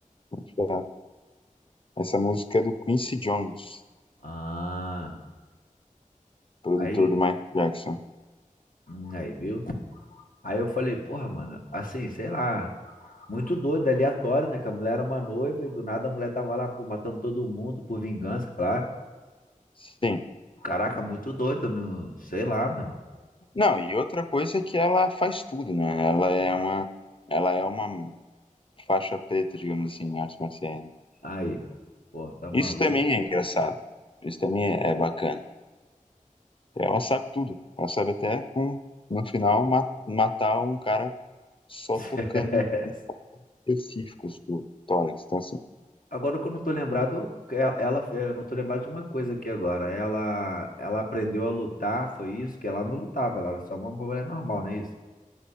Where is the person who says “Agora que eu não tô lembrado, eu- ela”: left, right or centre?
Left